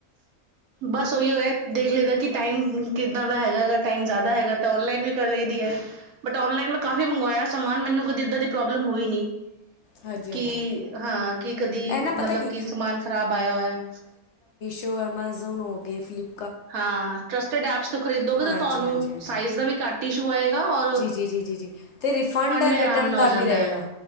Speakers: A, on the right; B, on the left.
A: ਬਸ ਉਹੀਓ ਹੈ। ਦੇਖ ਲਈਦਾ ਕਿ ਟਾਈਮ ਕਿੱਦਾਂ ਦਾ ਹੈਗਾ ਹੈਗਾ ਟਾਈਮ ਜਿਆਦਾ ਹੈਗਾ ਤਾਂ ਔਨਲਾਈਨ ਵੀ ਕਰ ਲਈਦੀ ਹੈ। ਬਟ ਨਲਾਈਨ ਮੈਂ ਕਾਫ਼ੀ ਮੰਗਵਾਇਆ ਸਮਾਨ ਮੈਨੂੰ ਕਦੇ ਏਦਾਂ ਦੀ ਪ੍ਰੋਬਲਮ ਹੋਈ ਨੀ।
B: ਹਾਂਜੀ
A: ਕਿ
B: ਹਾਂਜੀ
A: ਹਾਂ, ਕਿ ਕਦੀ
B: ਇਹ ਨਾ ਪਤਾ
A: ਮਤਲਬ
B: ਕੀ
A: ਕਿ ਸਮਾਨ ਖ਼ਰਾਬ ਆਇਆ ਹੋਇਆ।
B: ਜੋ ਐਮਾਜ਼ੋਨ ਹੋ ਗਏ, ਫਲਿੱਪ
A: ਹਾਂ। ਟਰੱਸਟ ਐਪ ਤੋਂ ਖਰੀਦੋਗੇ
B: ਹਾਂਜੀ
A: ਤੇ ਤੁਹਾਨੂੰ,
B: ਹਾਂਜੀ ਹਾਂਜੀ
A: ਸਾਈਜ਼ ਦਾ ਵੀ ਘੱਟ ਇਸ਼ੂ ਆਏਗਾ। ਔਰ
B: ਜੀ- ਜੀ -ਜੀ- ਜੀ -ਜੀ ਅਤੇ ਰਿਫੰਡ ਐਂਡ
A: ਵੀ ਆਰਾਮ
B: ਰਿਟਰਨ
A: ਨਾਲ
B: ਦਾ
A: ਹੋ ਜਾਂਦਾ
B: ਵੀ ਰਹੇਗਾ।
A: ਹੈ